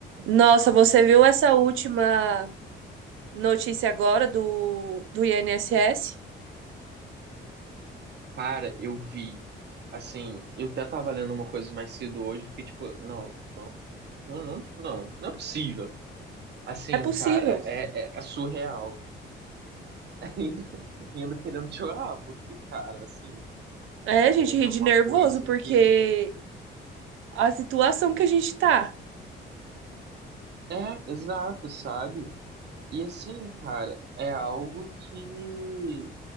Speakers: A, on the right; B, on the right.
A: Nossa, você viu essa última notícia agora do, do INSS?
B: Cara, eu vi. Assim, eu até tava lendo uma coisa mais cedo hoje, fiquei tipo, não, não, não, não, não, não é possível. Assim,
A: É possível.
B: cara, é, é, é surreal. <laughs> Ainda, ainda querendo chorar, porque, cara, assim,
A: É, a gente ri
B: é
A: de
B: uma
A: nervoso
B: coisa
A: porque
B: que.
A: a situação que a gente tá.
B: É, exato, sabe? E assim, cara, é algo que